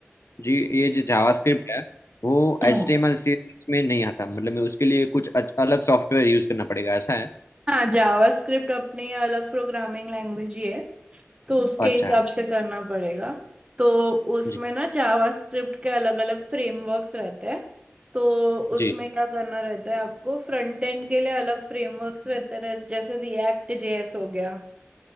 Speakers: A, on the left; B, on the right.
A: जी ये जो जावास्क्रिप्ट है वो
B: हम्म
A: एच टी एम एल सी एस एस में नहीं आता मतलब मैं उसके लिए कुछ अच- अलग सॉफ्टवेयर यूज करना पड़ेगा ऐसा है
B: हाँ जावास्क्रिप्ट अपनी अलग प्रोग्रामिंग लैंग्वेज ही है तो उसके
A: अच्छा
B: हिसाब से करना पड़ेगा तो उसमें
A: जी
B: ना जावास्क्रिप्ट के अलग अलग फ्रेमवर्क्स रहते हैं तो उसमें
A: जी
B: क्या करना रहता है आपको फ्रंट एंड के लिए अलग फ्रेमवर्क्स रहते रह जैसे रिएक्ट जेएस हो गया